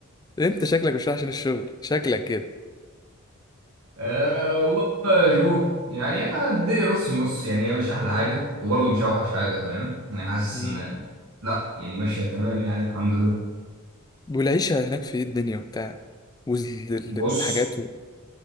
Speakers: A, on the left (about 15°); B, on the right (about 80°).
A: انت شكلك مش رايح عشان الشغل شكلك كده
B: أه والله يا جو يعني انا الدنيا نص نص يعني هي مش احلى حاجه وبرضه مش اوحش حاجه فاهم انا حاسس
A: مم.
B: ان لا يعني ماشيه تمام يعني الحمد لله
A: والعيشه هناك في ايه الدنيا وبتاع والحاجات
B: بص